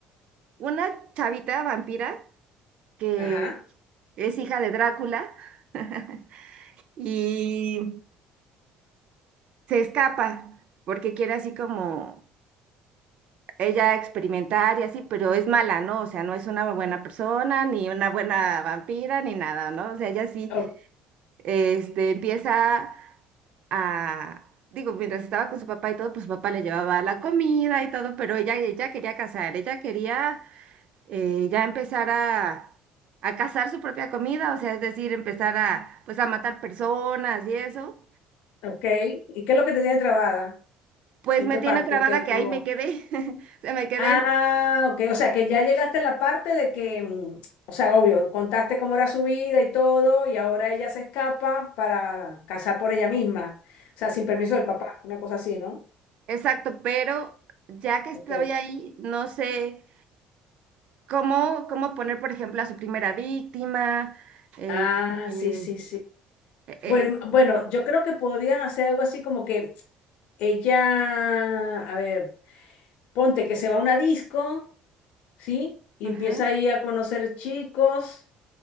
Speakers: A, on the right; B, on the left.
A: una chavita vampira que
B: Ajá.
A: es hija de Drácula <laughs> y se escapa porque quiere así como ella experimentar y así, pero es mala, ¿no? O sea, no es una buena persona, ni una buena vampira, ni nada, ¿no? O sea, ella sí,
B: O-
A: este, empieza a... Digo, mientras estaba con su papá y todo, pues su papá le llevaba la comida y todo, pero ella, ella quería casar, ella quería eh, ya empezar a, a cazar su propia comida, o sea, es decir, empezar a, pues, a matar personas y eso,
B: ok. ¿Y qué es lo que te tiene trabada?
A: pues
B: ¿En
A: me
B: qué
A: tiene
B: parte?
A: trabada
B: Ok,
A: que
B: ¿cómo
A: ahí me
B: va?
A: quedé, <laughs> o sea, me quedé,
B: Ah, ok. O sea, que ya llegaste a la parte de que, mm, o sea, obvio, contaste cómo era su vida y todo, y ahora ella se escapa para casar por ella misma. O sea, sin permiso
A: Ah.
B: del papá, una cosa así, ¿no?
A: exacto, pero ya que estoy
B: Ok.
A: ahí, no sé cómo, cómo poner, por ejemplo, a su primera víctima, eh,
B: Ah,
A: eh,
B: sí, sí, sí.
A: eh, eh,
B: Bueno, em- bueno, yo creo que podrías hacer algo así como que ella, a ver. ponte que se va a una disco, ¿sí? Y
A: ajá,
B: empieza ahí a conocer chicos